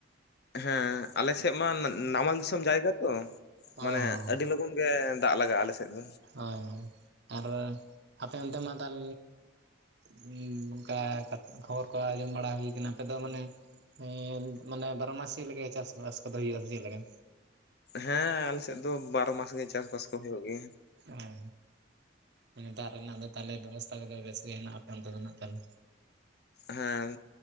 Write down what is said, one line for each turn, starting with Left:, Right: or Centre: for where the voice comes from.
Left: ᱦᱮᱸ ᱟᱞᱮ ᱥᱮᱫ ᱢᱟ ᱱᱟᱢᱟᱞ ᱫᱤᱥᱚᱢ ᱡᱟᱭᱜᱟ ᱛᱚ
Right: ᱚ ᱦᱳᱭ
Left: ᱢᱟᱱᱮ ᱟᱹᱰᱤ ᱞᱚᱜᱚᱱ ᱜᱮ ᱫᱟᱜ ᱞᱟᱜᱟᱜ-ᱟ ᱟᱞᱮ ᱥᱮᱫ ᱫᱚ᱾
Right: ᱦᱳᱭ ᱦᱳᱭ ᱟᱨ ᱟᱯᱮ ᱚᱱᱛᱮ ᱢᱟ ᱛᱟ <unintelligible> ᱦᱩᱸ ᱚᱱᱠᱟ ᱠᱷᱚᱵᱚᱨ ᱠᱚ ᱟᱸᱡᱚᱢ ᱵᱟᱲᱟ ᱦᱩᱭ ᱟᱠᱟᱱᱟ ᱟᱯᱮ ᱫᱚ ᱢᱟᱱᱮ ᱦᱮᱸ ᱢᱟᱱᱮ ᱵᱟᱨᱚ ᱢᱟᱥᱤ ᱞᱮᱠᱟ ᱪᱟᱥᱵᱟᱥ ᱠᱚᱫᱚ ᱦᱩᱭᱩᱜᱼᱟ ᱥᱮ ᱪᱮᱫ ᱞᱮᱠᱟ᱾
Left: ᱦᱮᱸ ᱟᱞᱮ ᱥᱮᱫ ᱫᱚ ᱵᱟᱨᱚ ᱢᱟᱥ ᱜᱮ ᱪᱟᱥᱵᱟᱥ ᱠᱚ ᱦᱩᱭᱩᱜ ᱜᱮᱭᱟ᱾
Right: ᱚ ᱢᱟᱱᱮ ᱫᱟᱜ ᱨᱮᱱᱟᱜ ᱫᱚ ᱛᱟᱦᱚᱞᱮ ᱵᱮᱵᱚᱥᱛᱷᱟ ᱠᱚᱫᱚ ᱵᱮᱥ ᱜᱮ ᱦᱮᱱᱟᱜ ᱟ ᱟᱯᱮ ᱚᱱᱛᱮ ᱫᱚ ᱱᱟᱜ ᱛᱟᱦᱚᱞᱮ᱾
Left: ᱦᱮᱸ